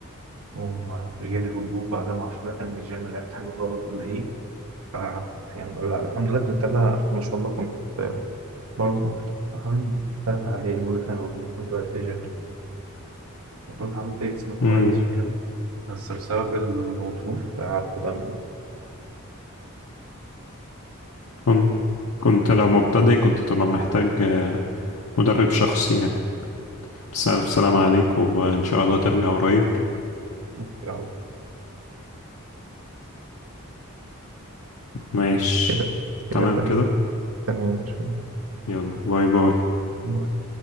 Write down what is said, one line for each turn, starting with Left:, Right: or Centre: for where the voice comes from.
Right: وما اعرفش جالي غضروف بعدها ما اعرفش بقى كان من الجيم لعبت حاجه غلط ولا ايه آه. يعني لا الحمد لله كنت أنا ما شاء الله كنت آه، برضه حوالي تالتة إعدادي أولى ثانوي كنت بلتزم وكنت عملت جسم كويس
Left: امم
Right: وكده بس بسبب الظروف قعدت بقى منه
Left: كنت كنت لو مبتدئ كنت تبقى محتاج آه، مدرب شخصي يعني بس ألف سلامة عليك وإن شاء الله ترجع قريب
Right: إن شاء الله
Left: ماشي
Right: كده كده
Left: تمام
Right: تمام
Left: كده
Right: تمام إن شاء
Left: يلا باي باي
Right: الله